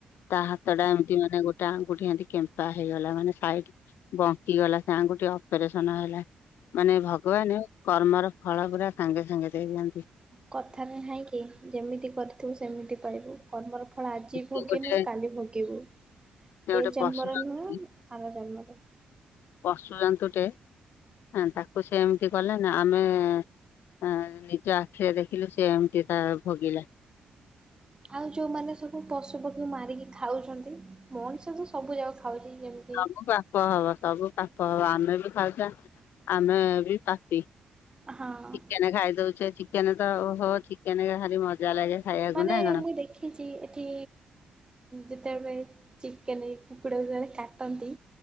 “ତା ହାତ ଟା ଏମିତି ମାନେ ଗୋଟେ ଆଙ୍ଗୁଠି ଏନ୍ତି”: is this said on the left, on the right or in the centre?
Left